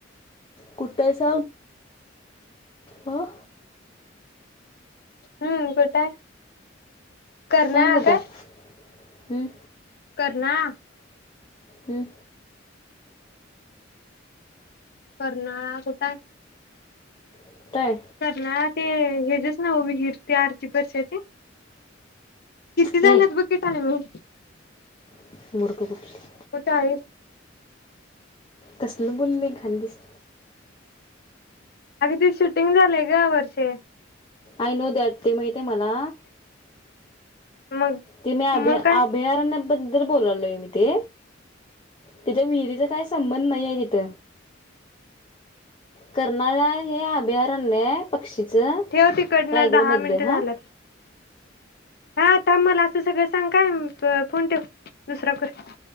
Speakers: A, on the left (about 25°); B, on the left (about 55°).
A: कुठे स हम्म.
B: हम्म कुठाय. करना
A: सांग कुठं
B: ह का.
A: आहे हं?
B: करनाळा.
A: हं?
B: कर्नाळा कुठ हाय.
A: कुठं आहे
B: करणळा ते हजच ना विहीर ते आरती बर्शाचे किती झालेत
A: हे
B: बघकी. <unintelligible>
A: <unintelligible>
B: चाळीस.
A: कसलं बोलणे खाल्लीस.
B: अग ते शूटिंग झालंय ग या वर्षी.
A: I know that. ते माहित आहे मला
B: मग
A: ते मी अभया
B: मग काय
A: अभयारण्य पण बोलालोय मी ते तिच्या विहिरीचा काही संबंध नाहीय ईथ. कर्नाळा हे अभयारण्ये शिच
B: ठेव तिकडनं
A: रायगड
B: दहा
A: मधलं
B: मिनिटं झाल्यात.
A: हा.
B: हा थांब मला असं सगळं सांग काय फोन ठेव दुसराया क